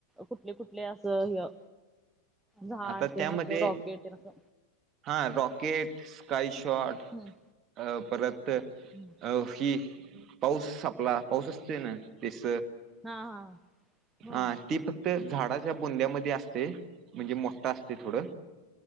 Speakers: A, in the centre; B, on the right.
A: कुठले कुठले असं ह झाड
B: आता
A: तेन
B: त्यामध्ये
A: असं, रॉकेट तेन असं
B: हा, रॉकेट स्काय शॉट,
A: हम्म
B: अ परत
A: <unintelligible> <inaudible>
B: हो की. पाऊस आपला. पाऊस असते ना. त्याच
A: हा हा हो
B: हा. तीप त झाडाच्या बुंद्यामध्ये असते. म्हणजे मोठा असते थोडं.